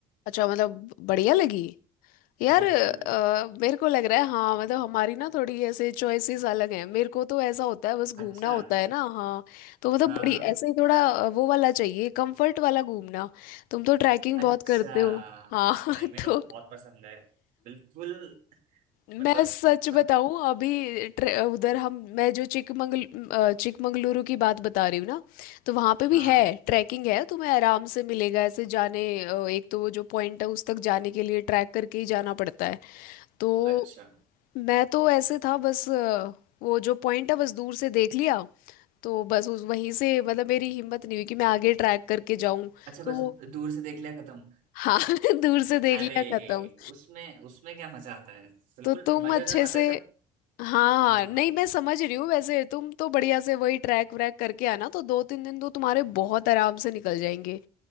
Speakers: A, on the left; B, on the right.
A: अच्छा मतलब बढ़िया लगी यार
B: बिल्कुल
A: अ,
B: बिल्कुल
A: मेरे को लग रहा है हाँ मतलब हमारी ना थोड़ी ऐसे चॉइसेस अलग हैं मेरे को तो ऐसा होता है बस घूमना
B: अच्छा
A: होता है ना हाँ तो मतलब
B: हाँ
A: बड़ी
B: हाँ
A: ऐसे ही थोड़ा अ, वो वाला चाहिए कंफर्ट वाला घूमना तुम तो ट्रैकिंग
B: अच्छा
A: बहुत करते हो हाँ <laughs>
B: नहीं मेरे
A: तो
B: को तो बहुत पसंद है बिल्कुल
A: मैं
B: मतलब
A: सच
B: थक
A: बताऊं अभी ट्रे- उधर हम मैं जो चिकमंगल अ, चिकमंगलुरु की बात बता रही हूँ ना तो वहाँ पे भी
B: हाँ
A: है ट्रैकिंग है तुम्हें आराम से मिलेगा ऐसे जाने अ, एक तो वो जो पॉइंट है उस तक जाने के लिए ट्रैक करके ही जाना पड़ता है तो
B: अच्छा
A: मैं तो ऐसे था बस अ, वो जो पॉइंट है बस दूर से देख लिया तो बस उस वहीं से मतलब मेरी हिम्मत नहीं हुई कि मैं आगे ट्रैक करके जाऊं
B: अच्छा बस
A: तो
B: दूर से देख लिया खत्म
A: हाँ <laughs> दूर से देख
B: अरे
A: लिया खत्म
B: उसमें उसमें क्या मजा आता है बिल्कुल
A: तो तुम
B: मजा
A: अच्छे
B: जब आता
A: से
B: है जब
A: हाँ
B: हाँ
A: हाँ नहीं मैं समझ रही हूँ वैसे तुम तो बढ़िया से वही ट्रैक व्रैक करके आना तो दो तीन दिन तो तुम्हारे बहुत आराम से निकल जाएंगे